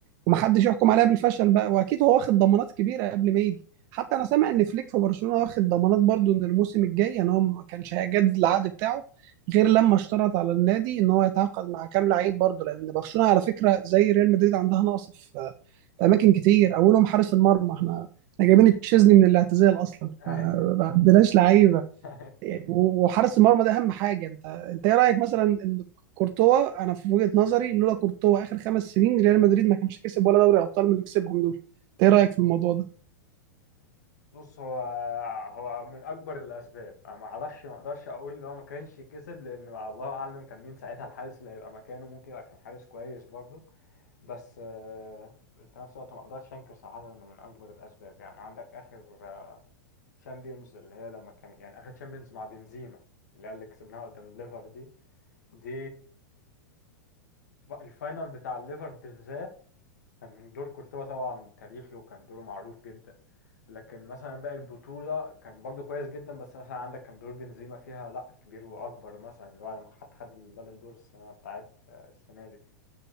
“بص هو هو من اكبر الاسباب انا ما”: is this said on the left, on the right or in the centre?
Left